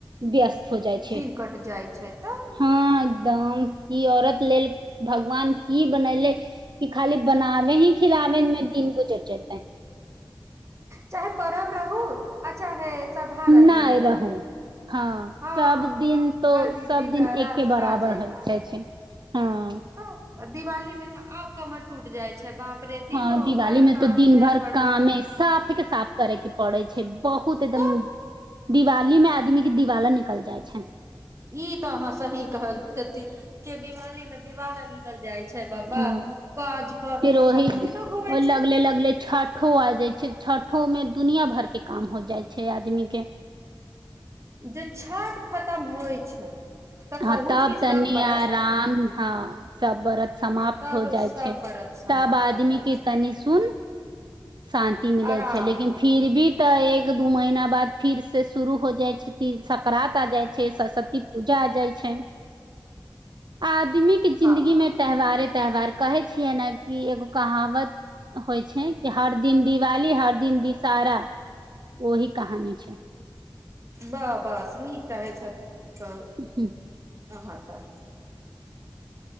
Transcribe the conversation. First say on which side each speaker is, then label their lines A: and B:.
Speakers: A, on the right; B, on the right.
A: व्यस्त हो जाइ छै
B: दिन कट जाइ छै तऽ
A: हँ एकदम ई औरत लेल भगवान की बनेले की खाली बनावे ही खिलावे मे दिन गुजर जेते।
B: चाहे परब रहू आ चाहे साधारण
A: नै
B: दिन
A: रहू हँ
B: हँ
A: सब दिन तो
B: खाली
A: सब दिन
B: रात
A: एके
B: काजे
A: बराबर होइ
B: काज
A: जाइ छै हँ
B: तऽ दिवाली मे त आउ कमर टूट जाय छै बाप रे दिनो
A: हँ दिवाली
B: भर
A: में
B: काम
A: त दिन
B: मे
A: भर
B: बढ़त
A: कामे साफे के साफ करे के पड़े छै बहुत एकदम
B: तऽ
A: दिवाली मे आदमी के दिवाला निकल जाइ छै
B: ई त अहाँ सही कहलखिन के दिवाली में दिवाला निकल जाय छै बाबा
A: हँ
B: काज क
A: फेर ओहि
B: खतमे न होवे
A: ओ
B: छै।
A: लगले लगले छठ छठो आ जाइ छै छठो में दुनिया भर के काम हो जाइ छै आदमी के।
B: जे छठ खतम होइ छै तऽ
A: हाँ
B: कहू
A: तब
B: कि
A: तनि
B: सब व्रत
A: आराम हाँ सब व्रत समाप्त
B: हँ तब
A: हो जाइ
B: सब
A: छै।
B: व्रत समाप्त
A: तब आदमीके
B: हो जाइ छै
A: तनि सुन- शान्ति मिलै
B: आराम
A: छै लेकिन फिर भी तऽ एक दू महीना बाद फिरसँ शुरू हो जाइ छै त सकरा्त आ जाइ छै। सरस्वती उजा आ जाइ छै आदमी जिंन्दगीमे
B: हँ
A: त्यौहारे त्यौहार कहै छियै ने कि एगो कहावत होइ छै हर दिन दिवाली हर दिन दिशहरा ओही कहानी छै
B: बाह बस नीक कहै छथि कहू
A: हूँ
B: अहाँ तऽ